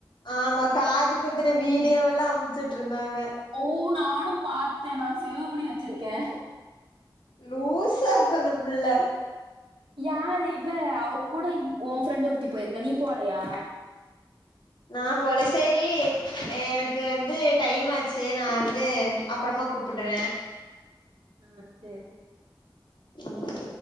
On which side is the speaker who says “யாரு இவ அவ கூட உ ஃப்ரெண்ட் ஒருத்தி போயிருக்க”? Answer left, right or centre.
Right